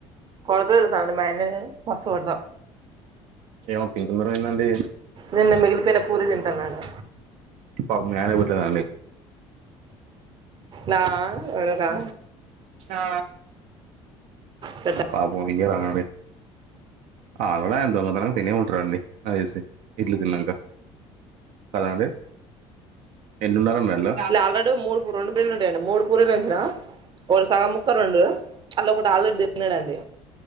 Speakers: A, on the right; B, on the right.
A: కొడతల సధనం బనే మస్త కొడుతా
B: ఏమో తింటున్నారు ఏందండి
A: నిన్న మిగిలిపోయిన పూరి తింటాన్నాడు
B: పాపం మీ ఆయనకు పెట్టలేదాండి
A: నా ఆయనకా
B: హా
A: పెద్ద
B: పాపం ఇయ రాే ఆలాగా ఆయన దొంగతనంగా తినే ఉంటారండి నా తెలిసి ఇడ్లీ తిన్నాక కదండి రెండున్నర నెలలు
A: ఇలా ఆల్రెడీ మూడు రెండు పూరీలు ఉంటాయండి మూడు పూరీలు ఉంచిన
B: <unintelligible>
A: ఒకటి సగం ముక్క రెండు అలా ఒకటి ఆల్రెడీ తిన్నాడండి